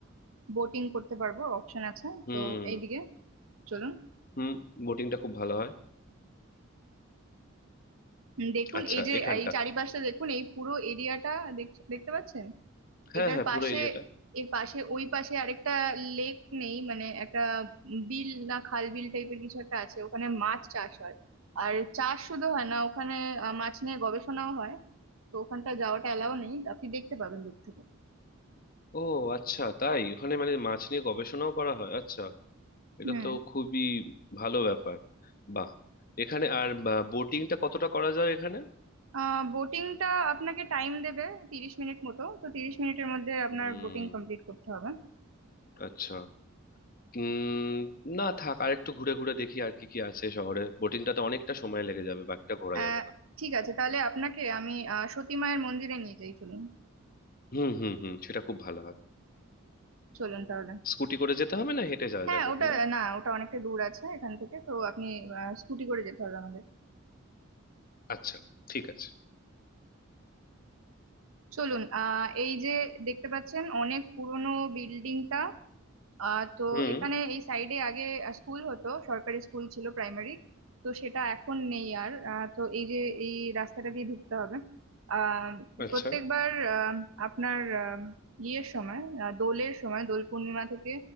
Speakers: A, on the right; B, on the left.
A: বোটিং করতে পারবো অপশন আছে
B: হুম
A: তো এইদিকে চলুন
B: হুম বোটিংটা খুব ভালো হয়
A: উম, দেখুন
B: আচ্ছা
A: এই যে
B: এখানটা
A: এই চারিপাশটা দেখুন এই পুরো এরিয়াটা দেখতে পাচ্ছেন
B: হ্যাঁ
A: এটার
B: হ্যাঁ
A: পাশে
B: পুরো এরিয়াটা
A: এর পাশে ওই পাশে আরেকটা লেক নেই মানে একটা বিল না খাল বিল টাইপের কিছু একটা আছে ওখানে মাছ চাষ হয় আর চাষ শুধু হয় না ওখানে আহ, মাছ নিয়ে গবেষণাও হয় তো ওখানটা যাওয়াটা এলাও নেই আপনি দেখতে পাবেন দূর থেকে
B: ও আচ্ছা তাই ওখানে মানে মাছ নিয়ে গবেষণাও করা হয় আচ্ছা এটা
A: হুম
B: তো খুবই ভালো ব্যাপার বাহ এখানে আর বোটিংটা কতটা করা যায় এখানে
A: আহ বোটিংটা আপনাকে টাইম দেবে তিরিশ মিনিট মতো তো তিরিশ মিনিটের মধ্যে আপনার
B: হুম
A: বোটিং কমপ্লিট করতে হবে
B: আচ্ছা উম না থাক আর একটু ঘুরে ঘুরে দেখি আর কি কি আছে শহরে বোটিংটাতে অনেকটা সময় লেগে যাবে বাকিটা ঘোরা যাবে
A: আহ
B: না
A: ঠিক আছে তাহলে আপনাকে আমি আহ, সতী মায়ের মন্দিরে নিয়ে যাই চলুন
B: হুম হুম হুম সেটা খুব ভালো হয়
A: চলুন তাহলে
B: স্কুটি করে যেতে হবে না হেঁটে যাওয়া
A: হ্যাঁ
B: যাবে এখানে
A: ওটা না ওটা অনেকটা দূর আছে এখান থেকে তো আপনি স্কুটি করে যেতে হবে আমাদের
B: আচ্ছা ঠিক আছে
A: চলুন আহ এই যে দেখতে পাচ্ছেন অনেক পুরনো বিল্ডিংটা আহ তো
B: হুম
A: এখানে এই সাইডে আগে স্কুল হতো সরকারি স্কুল ছিল প্রাইমারি তো সেটা এখন নেই আর আহ, তো এই যে এই রাস্তাটা দিয়ে ঢুকতে হবে আহ
B: আচ্ছা
A: প্রত্যেকবার আহ, আপনার আহ, ইয়ের সময় আহ, দোলের সময় দোল পূর্ণিমা থেকে